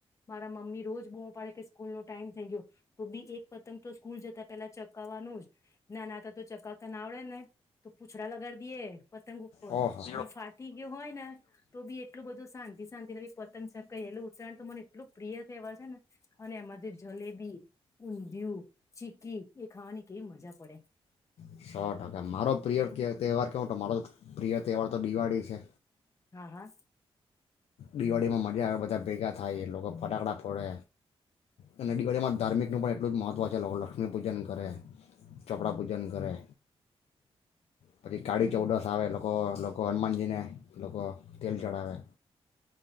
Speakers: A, on the left; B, on the left.
A: મારા મમ્મી રોજ બમો પાડે કે સ્કૂલ નો થઈ ગયો તો બી એક પતંગ તો સ્કૂલ જતા પેલા ચકાવવાનું જ નાના હતા તો ચકાવતા ના આવડે ને તો પૂછડા લગાડી દઈએે પતંગ ઉપર
B: ઓહો
A: અને ફાટી ગયો હોય ને તો બી એટલું બધું શાંતિ શાંતિ બી પતંગ ચગાઈએં ઉચતરાયણ તો મને એટલું પ્રિય તે એવા છે ને અને એમાંથી જલેબી ઊંધિયું ચીકી એ ખાવાની કેવી મજા પડે
B: સો ટકા મારો પ્રિય ક તહેવાર કેવો તો મારો પ્રિય તહેવાર તો દિવાળી છે
A: હા હા
B: દિવાળીમાં મજા આવે બધા ભેગા થાય એ લોકો ફટાકડા ફોડે અને નદીકડીયામાં ધાર્મિકનું પણ એટલું જ મહત્ત્વ છે લોકો લક્ષ્મી પૂજન કરે ચોપડા પૂજન કરે પછી કાળી
A: હમ
B: ચૌડસ આવે લોકો લોકો હનુમાનજીને લોકો તેલ ચઢાવે